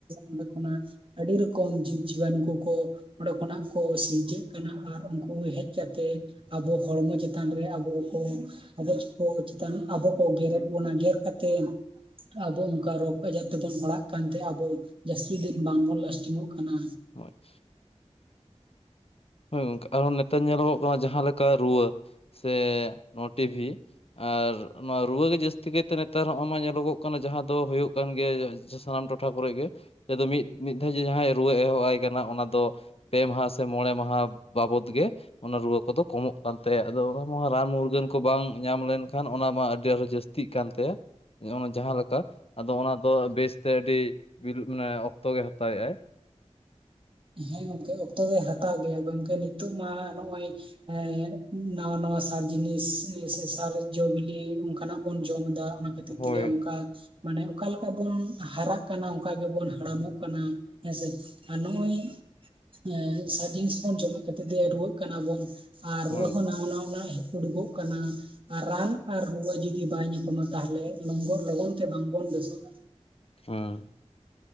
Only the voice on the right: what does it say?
ᱚᱸᱰᱮ ᱠᱷᱚᱱᱟᱜ ᱟᱹᱰᱤ ᱨᱚᱠᱚᱢ ᱡᱤᱵᱽ ᱡᱤᱵᱟᱱᱩ ᱠᱚᱠᱚ, ᱚᱸᱰᱮ ᱠᱷᱚᱱᱟᱜ ᱠᱚ ᱥᱤᱨᱡᱟᱹᱜ ᱠᱟᱱᱟ, ᱟᱨ ᱩᱝᱠᱩ ᱦᱮᱡ ᱠᱟᱛᱮᱜ ᱟᱵᱚ ᱦᱚᱲᱢᱚ ᱪᱮᱛᱟᱱ ᱨᱮ, ᱟᱵᱚ ᱠᱚ ᱟᱵᱚᱪ ᱠᱚ ᱪᱮᱛᱟᱱ ᱟᱵᱚ ᱠᱚ, ᱜᱮᱨᱮᱫ ᱵᱚᱱᱟ ᱜᱮᱨ ᱠᱟᱛᱮᱜ ᱟᱵᱚ ᱚᱝᱠᱟ ᱨᱳᱜᱽ ᱟᱡᱟᱨ ᱛᱮᱵᱚᱱ ᱯᱟᱲᱟᱜ ᱠᱟᱱᱛᱮ, ᱟᱵᱚ ᱡᱟᱹᱥᱛᱤ ᱫᱤᱱ ᱵᱟᱝᱵᱚᱱ ᱞᱟᱥᱴᱤᱝ ᱚᱜ ᱠᱟᱱᱟ᱾
ᱦᱮᱸ ᱜᱚᱝᱠᱮ ᱚᱠᱛᱚ ᱫᱚᱭ ᱦᱟᱛᱟᱣ ᱜᱮᱭᱟ, ᱜᱚᱝᱠᱮ ᱱᱤᱛᱚᱜ ᱢᱟ ᱱᱚᱜᱼᱚᱭ ᱮ ᱱᱟᱶᱟ-ᱱᱟᱶᱟ ᱥᱟᱨ ᱡᱤᱱᱤᱥ ᱥᱮ, ᱥᱟᱨ ᱡᱚ ᱵᱤᱞᱤ ᱚᱱᱠᱟᱱᱟᱜ ᱵᱚᱱ ᱡᱚᱢ ᱫᱟ᱾ ᱚᱱᱟ ᱠᱷᱟᱹᱛᱤᱨ
ᱛᱮᱜᱮ ᱚᱱᱠᱟ ᱢᱟᱱᱮ ᱚᱠᱟᱞᱮᱠᱟ ᱵᱚᱱ ᱦᱟᱨᱟᱜ ᱠᱟᱱᱟ, ᱚᱱᱠᱟ ᱜᱮᱵᱚᱱ ᱦᱟᱲᱟᱢᱚᱜ ᱠᱟᱱᱟ, ᱦᱮᱸᱥᱮ ᱟᱨ ᱱᱚᱜᱼᱚᱭ ᱮᱸ <unintelligible> ᱡᱤᱱᱤᱥ ᱵᱚᱱ ᱡᱚᱢᱮᱜ ᱠᱷᱟᱹᱛᱤᱨ ᱛᱮ ᱨᱩᱣᱟᱹᱜ ᱠᱟᱱᱟ ᱵᱚᱱ ᱟᱨ
ᱨᱩᱣᱟᱹ
ᱦᱚᱸ ᱱᱟᱣᱟ, ᱱᱟᱣᱟ ᱱᱟᱜ ᱩᱰᱩᱠᱚᱜ ᱠᱟᱱᱟ ᱟᱨ ᱨᱟᱱ, ᱟᱨ ᱨᱩᱣᱟᱹ ᱡᱩᱫᱤ ᱵᱟᱭ ᱧᱟᱯᱟᱢᱟ, ᱛᱟᱦᱚᱞᱮ ᱞᱚᱝᱜᱚᱨ ᱞᱚᱜᱚᱱ ᱛᱮ ᱵᱟᱝ ᱵᱚᱱ ᱵᱮᱥᱚᱜᱼᱟ᱾